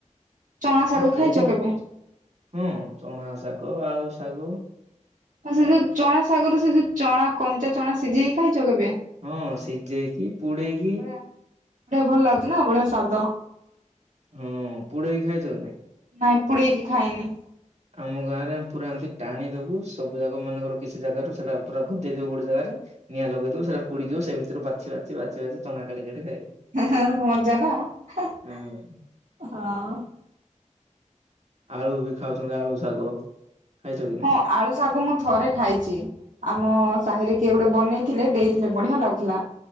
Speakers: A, on the right; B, on the right.
A: ଚଣା ଶାଗ
B: ଏତେ
A: ଖାଇଛ
B: କଣ?
A: କେବେ?
B: ହୁଁ ଚଣା ଶା ଗ ଆଉ ଶାଗ।
A: ଆଉ ସେ ଯୋଉ ଚଣାସାଗରରେ ସେ ଯୋଉ ଚଣା କଞ୍ଚା ଚଣା ସିଝେଇ ଖାଇଛ କେବେ?
B: ହଁ ସିଝେଇକି ପୁଡେଇକି
A: ସେଟା ଭଲ ଲାଗୁଛି ନା ବଢିଆ ସ୍ଵାଦ।
B: ହଁ ପୁଡେଇକି ଖାଇଛ କି ନାଇଁ?
A: ନାଇଁ ପୁଡେଇ କିି ଖାଇନି।
B: ଆମ ଗାଁରେ ଆମେ ପୁରା ଏମିତି ଟାଣି ଦବୁ ସବୁ ଜାକ ମନେକର କିଛି ଜାଗାରୁ ସେଇଟା ପୁରା ଗଦେଇ ଦବୁ ଗୋଟେ ଜାଗା ରେ ନିଆଁ ଲଗେଇ ଦବୁ ସେଇଟା ପୋଡିଯିବ, ସେ ଭିତରୁ ବାଛି ବାଛି ବାଛି ବାଛି ଚଣା କାଢ଼ି କାଢ଼ି ଖାଇବୁ।
A: ହେ-ହେଁ ମଜା ନା ହଁ।
B: ହୁଁ ଆଳୁ ବି ଖାଉଛନ୍ତି, ଆଳୁ ଶାଗ। ଖାଇଛ କି ନାଇଁ?
A: ହଁ ଆଳୁ ଶାଗ ମୁଁ ଥରେ ଖାଇଛି। ଆମ ସାହିରେ କିଏ ଗୋଟେ ବନେଇ ଥିଲେ ଦେଇଥିଲେ ବଢିଆ ଲାଗୁଥିଲା।